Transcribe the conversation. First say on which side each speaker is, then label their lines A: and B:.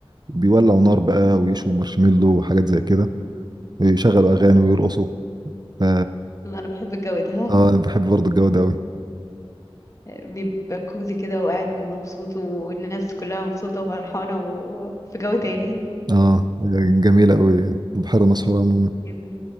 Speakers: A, on the right (about 45°); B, on the left (about 30°).
A: بيولعوا نار بقى ويشوا مارشميلو وحاجات زي كده ويشغلوا اغاني ويرقصوا ف
B: انا بحب الجو ده
A: اه انا بحب برضه الجو ده قوي
B: بيبقى كوزي كده وقاعد مبسوط والناس كلها مبسوطة وفرحانة وفي جو تاني
A: اه جميله قوي بحيره مسحوره عموما
B: جدا